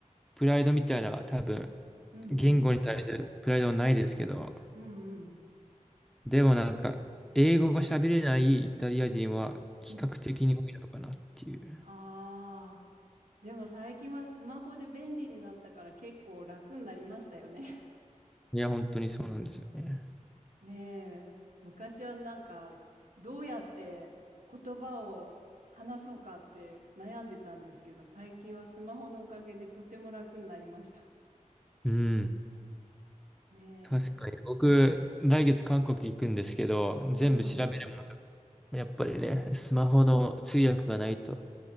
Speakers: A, in the centre; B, on the right.
A: プライドみたいな多分
B: うんうん。
A: 言語に対するプライドはないですけど、
B: うんうん。
A: でもなんか英語が喋れないイタリア人は比較的に多いのかなっていう。
B: うん。ああ。でも最近はスマホで便利になったから結構楽になりましたよね。
A: いや、本当にそうなんですよね。
B: <laughs> ねえ、昔はなんかどうやって言葉を話そうかって悩んでたんですけど、最近はスマホのおかげでとても楽になりました。
A: うん。
B: <laughs> ねえ。
A: 確かに僕、来月韓国行くんですけど、
B: おお、
A: 全部調べるものとか、やっぱりね、スマホの通訳がないと。